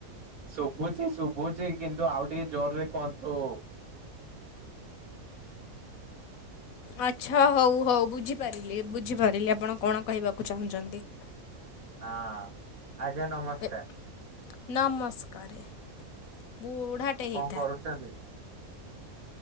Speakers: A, on the right; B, on the left.
A: ଶୁଭୁଚି ଶୁଭୁଚି କିନ୍ତୁ ଆଉ ଟିକେ ଜୋରରେ କୁହନ୍ତୁ।
B: ଆଚ୍ଛା ହଉ ହଉ ବୁଝିପାରିଲି ବୁଝିପାରିଲି ଆପଣ କଣ କହିବାକୁ ଚାହୁଁଛନ୍ତି। <inaudible>
A: ହଁ ଆଜ୍ଞା ନମସ୍କାର।
B: ଏ ନମସ୍କାରେ ବୁଢାଟେ
A: ଆଉ କଣ
B: ହେଇଥା
A: କରୁଛନ୍ତି